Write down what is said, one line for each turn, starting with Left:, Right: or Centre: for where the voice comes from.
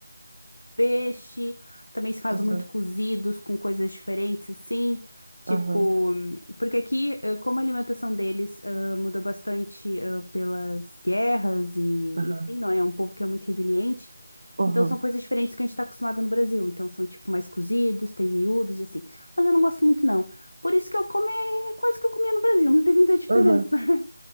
Left: peixe. Também se faz
Right: Aham,
Left: muito cozidos com coisas diferentes, assim. Tipo,
Right: aham,
Left: porque aqui, eh, como a alimentação deles ah, mudou bastante ah, pelas guerras e,
Right: aham,
Left: e assim, não é? É um povo que é muito resiliente.
Right: aham.
Left: Então são coisas diferentes que a gente tá acostumado no Brasil. Então são, tipo, mais cozidos, tem miúdos e assim. Mas eu não gosto muito, não. Por isso que eu como é quase que eu comia no Brasil, não tem muita diferença.
Right: aham.
Left: <laughs>